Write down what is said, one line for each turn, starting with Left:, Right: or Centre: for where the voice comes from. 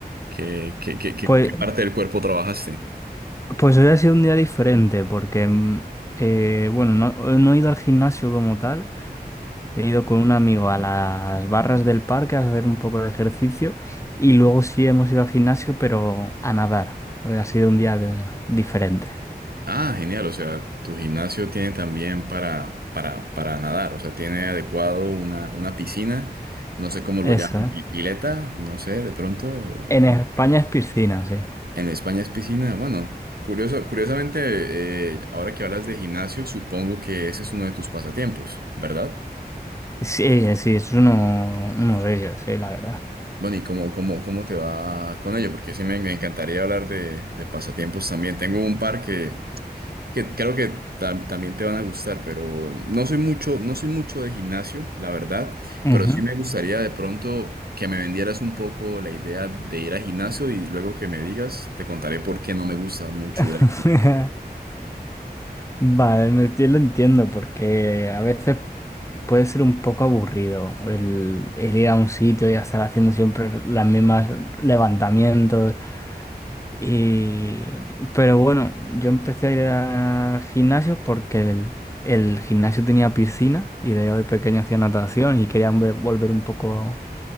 Right: ¿Qué, qué, qué, qué-
Left: pues,
Right: qué parte del cuerpo trabajaste?
Left: pues hoy ha sido un día diferente porque, mm, eh, bueno, no, no he ido al gimnasio como tal. He ido con un amigo a las barras del parque a hacer un poco de ejercicio y luego sí hemos ido al gimnasio, pero a nadar. Hoy Ha sido un día de- diferente.
Right: Ah, genial. O sea, tu gimnasio tiene también para, para, para nadar. O sea, tiene adecuado una, una piscina. No sé cómo lo
Left: Eso,
Right: llaman,
Left: ¿eh?
Right: pi- pileta, no sé, de pronto.
Left: En España es piscina, sí.
Right: En España es piscina. Bueno, curioso, curiosamente, eh, ahora que hablas de gimnasio, supongo que ese es uno de tus pasatiempos, ¿verdad?
Left: Sí, sí, es uno, uno de ellos, sí, la verdad.
Right: Bueno, ¿y cómo, cómo, cómo te va con ello? Porque sí me, me encantaría hablar de, de pasatiempos también. Tengo un par que, que creo que tam- también te van a gustar, pero no soy mucho, no soy mucho de gimnasio, la verdad,
Left: Ujú.
Right: pero sí me gustaría de pronto que me vendieras un poco la idea de ir al gimnasio y luego que me digas, te contaré por qué no me gusta mucho ir
Left: <laughs>
Right: al
Left: Vale, no- yo lo entiendo porque a veces puede ser un poco aburrido el, el ir a un sitio y estar haciendo siempre las mismas levantamientos. Y... Pero bueno, yo empecé a ir a gimnasios porque el, el gimnasio tenía piscina y de pequeño hacía natación y quería ve- volver un poco